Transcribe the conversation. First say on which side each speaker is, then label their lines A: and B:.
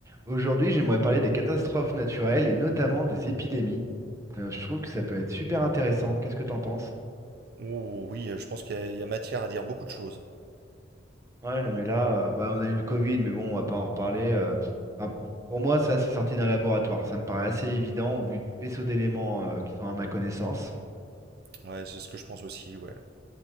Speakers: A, on the right; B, on the right.
A: Aujourd'hui, j'aimerais parler des catastrophes naturelles et notamment des épidémies. Euh, je trouve que ça peut être super intéressant. Qu'est-ce que t'en penses?
B: Oh, oui, euh, je pense qu'il y a, il y a matière à dire beaucoup de choses.
A: Ouais, non, mais là, euh, bah, on a eu le Covid, mais bon, on va pas en reparler. euh. Enfin, pour moi, ça, c'est sorti d'un laboratoire. Ça me paraît assez évident au vu du faisceau d'éléments euh, qui sont à ma connaissance.
B: Ouais, c'est ce que je pense aussi, ouais.